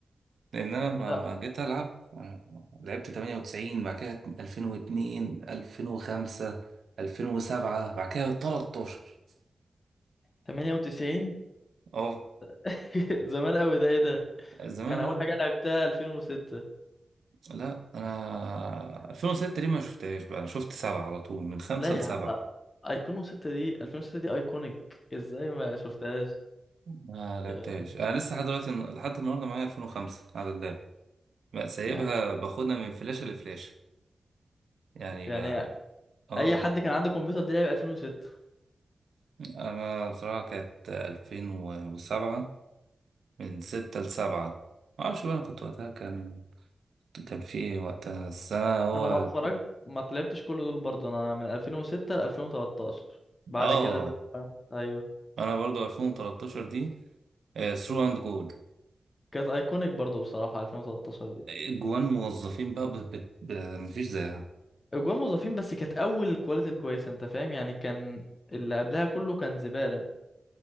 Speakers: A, on the right; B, on the left.
A: لان انا
B: لا
A: لما لما جيت العب أنا لعبت 98 بعد كده 2002 2005 2007 بعد كده 13
B: 98
A: اه
B: <laughs> زمان قوي ده ايه ده
A: زمان
B: انا
A: أنا-
B: اول حاجه لعبتها 2006
A: لا انا 2006 دي ما شفتهاش بقى انا شفت سبعة على طول من خمسة
B: لا
A: لسبعة
B: يا عم لا. ايقونو 6 دي 2006 دي ايكونيك ازاي ما شفتهاش
A: ما لعبتهاش
B: يعني
A: انا لسه لحد دلوقتي لحد النهارده معايا 2005 على اللاب بقى سايبها
B: يعني
A: باخدها من فلاشه لفلاشه يعني
B: يعني
A: بقى اه
B: اي حد كان عنده كمبيوتر دي لعب 2006
A: انا بصراحه كانت 2007 من 6 ل 7 ما اعرفش بقى انا كنت وقتها كان كان في ايه وقتها السنه هو
B: انا ما اتفرجت ما طلعتش كل دول برضه انا من 2006 ل 2013 بعد
A: اه
B: كده بقى ايوه
A: انا برضو 2013 دي ثرو اند جول
B: كانت ايكونيك برضه بصراحه 2013 دي
A: جوان موظفين بقى ب... ب... ب... مفيش زيها
B: اجوان موظفين بس كانت اول كواليتي الكويسه انت فاهم يعني كان اللي قبلها كله كان زباله